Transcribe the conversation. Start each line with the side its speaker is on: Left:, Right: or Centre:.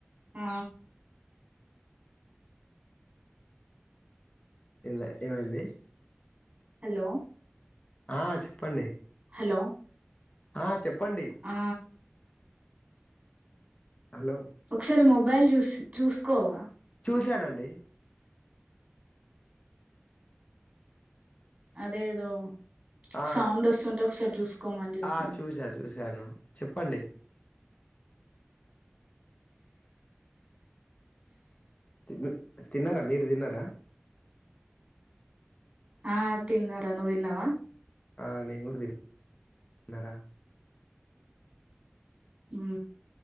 Right: ఆ
Left: ఏంబ్ ఏమైన్ది
Right: హలో
Left: ఆ చెప్పండి
Right: హలో
Left: ఆ చెప్పండి
Right: ఆ
Left: హలో
Right: ఒకసారి మొబైల్ చూసి చూసుకోవా
Left: చూశానండి
Right: అదేదో
Left: ఆ
Right: సౌండ్ వస్తుంటే ఒకసారి చూసుకోమని చెప్పిన
Left: ఆ చూసా చూసాను చెప్పండి తిదు తిన్నారా మీరు తిన్నారా
Right: ఆ తిన్నర నువు తిన్నవా
Left: ఆ నేను కూడా తిన్ తిన్నరా
Right: ఊ